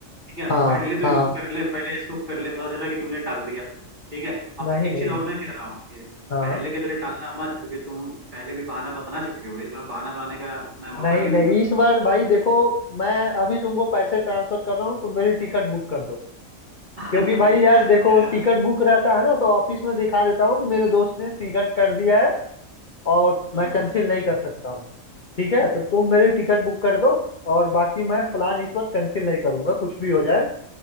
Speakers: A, on the right; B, on the left.
A: ठीक है
B: हाँ
A: पहले तो
B: हाँ
A: इसको कर ले पहले इसको कर ले पता चला कि तुमने टाल दिया ठीक है अब
B: नहीं
A: एक
B: नहीं
A: चीज और मैं कह रहा हूँ कि
B: हाँ
A: पहले की तरह टालना मत क्योंकि तुम पहले भी बहाना बना चुके हो इस बार बहाना बनाने का मैं मौका
B: नहीं
A: नहीं
B: नहीं
A: दूंगा
B: इस बार भाई देखो मैं अभी तुमको पैसे ट्रांसफर कर रहा हूँ तुम मेरी टिकट बुक कर दो
A: <laughs>
B: क्योंकि भाई यार देखो
A: अरे हाँ
B: टिकट बुक रहता है ना तो ऑफिस में दिखा देता हूँ कि मेरे दोस्त ने टिकट कर दिया है और मैं
A: हम्म
B: कैंसिल
A: हम्म
B: नहीं कर सकता हूँ ठीक है तो तुम मेरी टिकट बुक कर दो और बाकी मैं प्लान इस बार कैंसिल नहीं करूंगा कुछ भी हो जाए